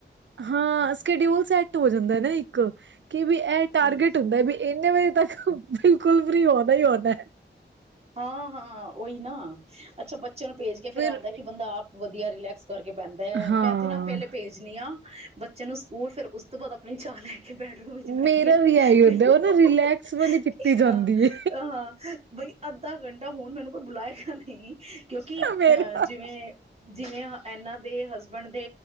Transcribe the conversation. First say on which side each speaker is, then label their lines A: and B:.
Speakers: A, on the right; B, on the right.
A: ਹਾਂ ਸਕਡਿਊਲ ਸੈਟ ਹੋ ਜਾਂਦਾ ਹੁੰਦਾ ਨਾ ਇੱਕ- ਕਿ ਵੀ ਇਹ ਟਾਰਗੇਟ
B: ਹਮ
A: ਹੁੰਦਾ ਵੀ ਇੰਨੇ ਵਜੇ ਤੱਕ ਬਿਲਕੁਲ ਫਰੀ ਹੋਦਾ ਹੀ ਹੋਦਾ <unintelligible>
B: ਹਾਂ ਹਾਂ ਉਹੀ ਨਾ ਅੱਛਾ ਬੱਚੇ ਨੂੰ ਭੇਜ ਕੇ ਫਿਰਰ
A: ਫਿਰ
B: ਆਉਂਦਾ ਕਿ ਬੰਦਾ ਆਪ ਵਧੀਆ ਇੈਕਸ <unintelligible> ਕਰਕੇ ਬਹਿੰਦਾ ਹੈ
A: ਹਾਂ
B: ਮੈਂ ਇਥ ਨਾ ਪਹਿਲੇ ਭੇਜਨੀ ਹਾਂ ਬ <unintelligible> ਚੈਨੂੰ ਸਕੂਲ ਫੇਰ ਉਸ ਤੋਂ ਬਾਅਦ ਆਪਣੀ ਚੋਲੇਟ <unintelligible> ਬੈਡਰੂਮ ਵਿੱਚ ਬਹਦੀ
A: ਮੇਰਾ
B: ਹਾਂ
A: ਵੀ ਇਹੀ ਹੁੰਦਾ
B: ਮਨ
A: ਉਹ ਨਾ ਰਿਲੈਕਸ ਵਾਲੀ ਕੀਤੀ ਜਾਂਦੀ
B: ਹਾਂ
A: ਏ।
B: ਹਾਂ ਬਈ <unintelligible> ਅੱਧਾ ਘੰਟਾ ਹੋਣ ਮੈਨੂੰ ਕੋਈ ਬੁਲਾਇ <unintelligible> ਨਹੀਂ ਕਿਉਂਕਿ ਅਹ
A: ਮੇਰਾ
B: ਜਿਵੇਂ ਜਿਵੇਂ ਇਹਨਾਂ ਦੇ ਬਣਦੇ